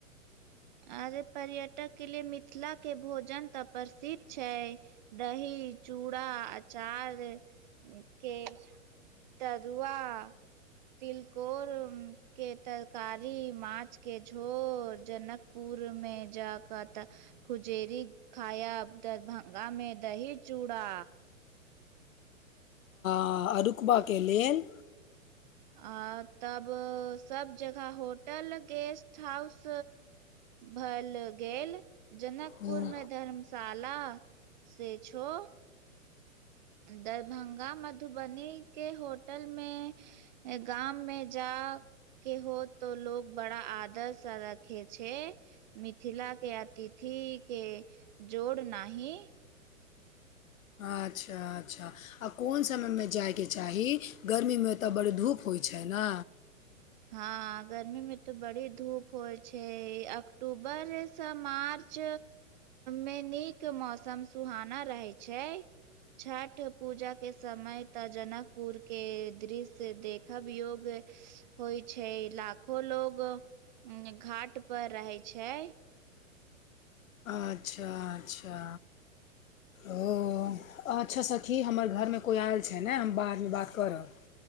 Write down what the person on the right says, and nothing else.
अरे पर्यटक के लिए मिथिला के भोजन त प्रसिद्ध छैय दही चूड़ा अचार के तरूआ तिलकोर के तरकारी माछ के झोर जनक पुरमे जाक त खुजेरी खायब दरभंगा मे दही चूड़ा
आ तब सब जगह होटल गेस्ट हाउस भैल गेल जनकपुर
मे धर्मशाला से छो दरभंगा मधुबनी के होटल मे गाम मे जाऊ के हो त लोग बड़ा आदर स रखे छै मिथिला के अतिथि के जोड़ नहि
हँ गर्मी मे तऽ बड़ी धूप होइ छै अक्टूबरसँ मार्च मे नीक मौसम सुहाना रहै छै छठ पूजा के समय तऽ जनकपुर के दृश्य देख अब योग ऐछ होइ छै लाखो लोग घाट पर रहै छै